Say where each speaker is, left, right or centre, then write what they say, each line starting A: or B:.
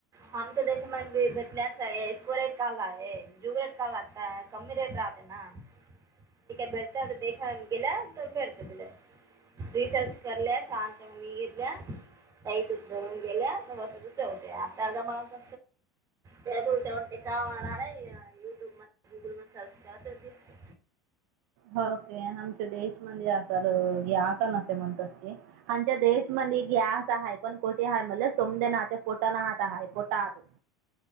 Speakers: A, on the right; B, on the right.
A: आमच्या देशमध्ये बी बचल्याच आहे इको रेट काल आहे ज्युग रेट काल लागता कमी रेट राहते ना ह अठीक बळतेय देशम गेला तळतातला रसर्च करलं छान चांगघेतलं तही तूच भरून गेल्या तेवते तग मग तेळोल तेवते का म्ह युट्यूब मध्ये गुगल म सर्च केरा तर दिसते
B: होके आमच्या देशमध्ये असल हे आता न म्हणत क आच्या देशमध्ये स आहे पण कोठे आहे म्ह सोम नाच्या फोट ता हाय पोतात